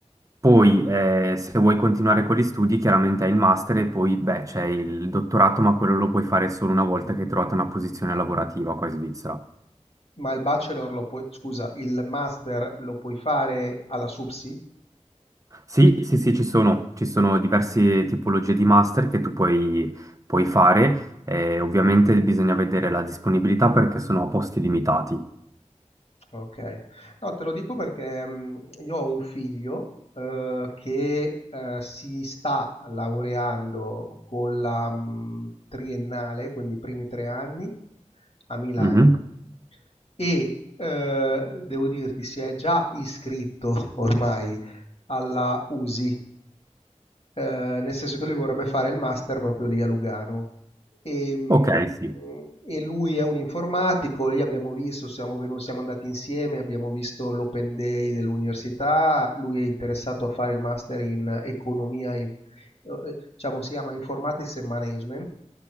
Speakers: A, on the right (about 25°); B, on the left (about 55°).
A: Poi, eh, se vuoi continuare con gli studi, chiaramente hai il master e poi, beh, c'è il dottorato, ma quello lo puoi fare solo una volta che hai trovato una posizione lavorativa qua in Svizzera.
B: Ma il bachelor lo puoi, scusa, il master lo puoi fare alla SUPSI?
A: Sì, sì, sì, ci sono,
B: Eh,
A: ci sono diverse tipologie di master che tu puoi, puoi fare. Eh, ovviamente bisogna vedere la disponibilità perché sono a posti limitati.
B: Ok, no, te lo dico perché mh, io ho un figlio eh, che eh, si sta laureando con la mh, triennale, quindi i primi tre anni a Milano
A: Mhm.
B: e eh, devo dirti si è già iscritto <laughs> ormai alla USI, eh, nel senso che lui vorrebbe fare il master proprio lì a Lugano. E, mh,
A: Ok, sì,
B: e lui è un informatico, lì abbiamo visto, siamo, venuti, siamo andati insieme, abbiamo visto l'open day dell'università, lui è interessato a fare il master in economia e in eh, eh, diciamo, si chiama Informatics e Management,